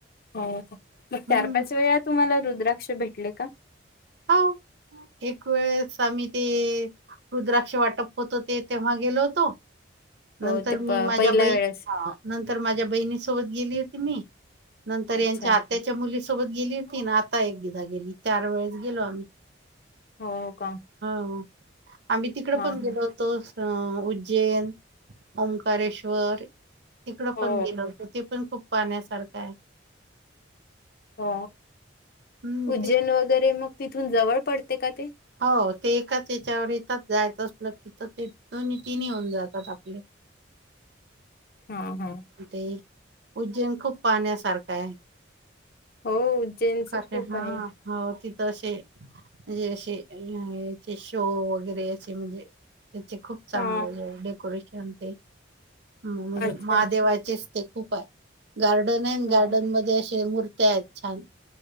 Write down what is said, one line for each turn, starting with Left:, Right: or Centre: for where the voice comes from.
Left: हो मग
Right: हम्म
Left: चार पाच वेळा तुम्हाला रुद्राक्ष भेटले का?
Right: हो. एक वेळेस आम्ही ते. रुद्राक्ष वाटप होतो ते तेव्हा गेलो होतो?
Left: हो
Right: नंतर
Left: ते
Right: मी
Left: प
Right: माझ्या
Left: पहिल्या
Right: बहीनी
Left: वेळेस
Right: हा नंतर माझ्या बहिणी सोबत गेली होती मी. नंतर
Left: अच्छा
Right: यांच्या आत्याच्या मुलीसोबत गेली होती ना आता एकदा गेली चार वेळेस- गेलो आम्ही
Left: हो हो का
Right: हो. आम्ही तिकड
Left: हा
Right: पण गेलो होतो? जैन ओंकारेश्वर तिकड
Left: हो
Right: पण गेलं होत ते पण खूप- पाण्यासारखा आहे.
Left: हो
Right: हम्म
Left: उज्जैन
Right: ते
Left: वगैरे मग तिथून जवळ पडते का ते.
Right: हो ते एकाच याच्यावर येतात जायचं असलं की ते दोन्ही तिन होऊन जातात आपले-
Left: <unintelligible> हा हा
Right: ते उज्जैन खूप पाहण्यासारखा आहे
Left: हो उज्जैनच
Right: क
Left: खूप
Right: हा
Left: आहे.
Right: हो तिथ अस म्हणजे अस- याचे शो वगैरे याचे म्हणजे त्याचे खूप चांगले
Left: हा
Right: डेकोरेशन ते म्हणजे
Left: अच्छा
Right: महादेवाचेच
Left: अच्छा
Right: ते खूप आहे- गार्डन आहे
Left: हो
Right: गार्डन मध्ये असे मूर्त्या आहेत छान